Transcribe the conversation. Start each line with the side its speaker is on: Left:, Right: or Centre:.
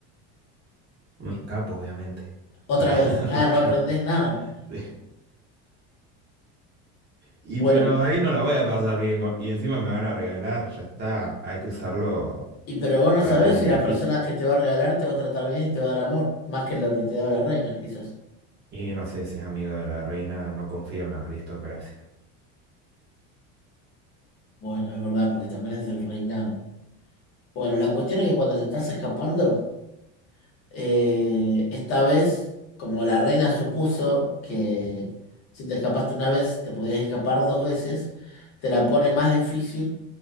Right: me escapo, obviamente.
Left: Otra
Right: Ah,
Left: vez.
Right: <laughs>
Left: Ah,
Right: re
Left: no
Right: chanta.
Left: aprendés nada.
Right: Sí. Y
Left: Bueno,
Right: pero ahí no la voy a pasar bien. con- Y encima me van a regalar, ya está. Hay que usarlo
Left: y pero vos no
Right: para
Left: sabés
Right: tu beneficio.
Left: si la persona que te va a regalar te va a tratar bien y te va a dar amor, más que lo que te daba la reina, quizás.
Right: Y no sé si es amigo de la reina, no confío en la aristocracia.
Left: Bueno, es verdad, porque también es del reinado. Bueno, la cuestión es que cuando te estás escapando. Eh, esta vez, como la reina supuso que si te escapaste una vez, te podías escapar dos veces, te la pone más difícil